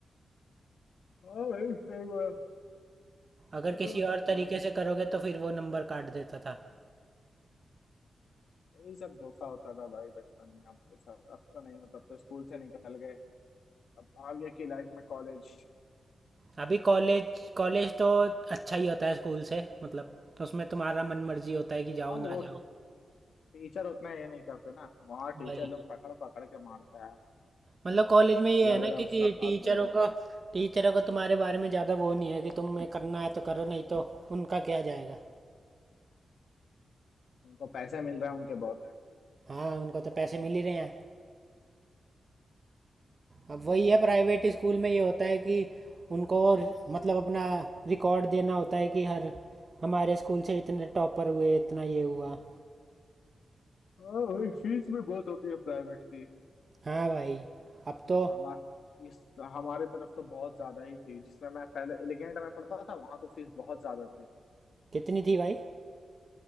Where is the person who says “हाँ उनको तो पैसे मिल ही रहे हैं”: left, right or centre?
Right